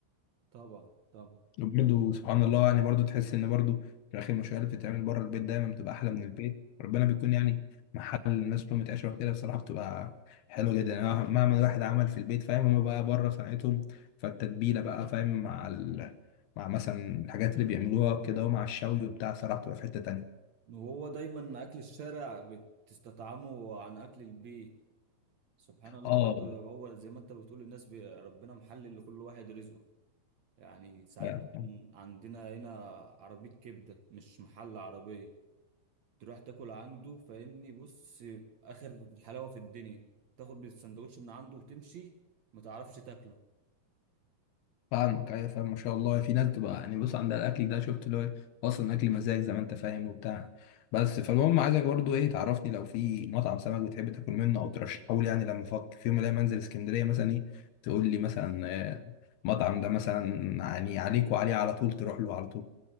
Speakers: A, on the right; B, on the left.
A: طبعا طبعا
B: وبرده سبحان الله يعني برضه تحس ان برضه في الاخر المشاريع اللي بتتعمل بره البيت دايما بتبقى احلى من البيت ربنا بيكون يعني محل الناس كلها متعشره كده بصراحه بتبقى حلوه جدا يعني مهما مهما الواحد عمل في البيت فاهم هما بقى بره صنعتهم فالتتبيله بقى فاهم مع ال... مع مثلا الحاجات اللي بيعملوها وكده ومع الشوي وبتاع صراحه بتبقى في حته تانيه
A: وهو دايما اكل الشارع بتستطعمه عن اكل البيت سبحان الله
B: اه
A: هو زي ما انت بتقول الناس بي- ربنا محلل لكل واحد رزقه يعني ساعات
B: بالظبط
A: عندنا هنا عربية كبدة مش محل عربية تروح تاكل عنده فاهمني بص اخر الحلاوة في الدنيا تاخد بالسندوتش من عنده وتمشي ما تعرفش تاكله
B: فاهمك ايوه فاهم ما شاء الله في ناس تبقى يعني بص عندها الاكل ده شفت اللي هو إيه، اصلا اكل مزاج زي ما انت فاهم وبتاع بس فالمهم عايزك برضو ايه تعرفني لو في مطعم سمك بتحب تاكل منه او ترشحه لي يعني لما افكر في يوم الاقي منزل اسكندريه مثلا ايه تقول لي مثلا آه، المطعم ده مثلا يعني عليك وعليه على طول تروح له على طول